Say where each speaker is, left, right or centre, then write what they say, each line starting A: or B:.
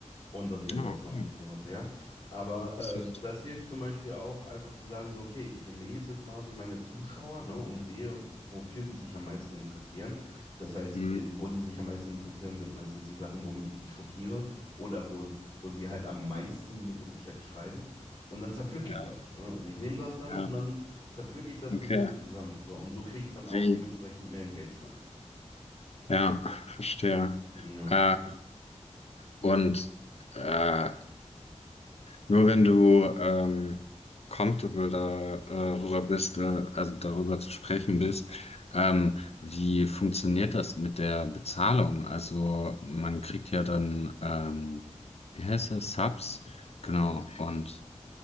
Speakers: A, on the left; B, on the left.
A: und das ist jetzt
B: ah,
A: auch schon
B: okay,
A: ein bisschen was her. Aber
B: interessant,
A: äh, das hilft zum Beispiel auch einfach zu sagen, so, okay, ich lese quasi meine Zuschauer, ne, und sehe, wofür die sich am meisten interessieren. Das heißt,
B: hm,
A: äh, wo die sich am meisten interessieren, sind meistens die Sachen, womit ich die schockiere oder wo, wo sie halt am meisten mit im Chat schreiben. Und dann zerpflücke
B: ja,
A: ich das. Ne? Also ich nehme das dann
B: ja,
A: und dann zerpflücke ich das
B: okay,
A: mit denen zusammen. So, und so kriege ich dann auch
B: wie,
A: dementsprechend mehr Engagement.
B: ja, verstehe.
A: Ja,
B: Äh, Und äh, nur wenn du ähm, comfortable da, äh, darüber bist, äh, also darüber zu sprechen bist, ähm, wie funktioniert das mit der Bezahlung? Also man kriegt ja dann, ähm, wie heißt das, Subs, genau,
A: genau,
B: und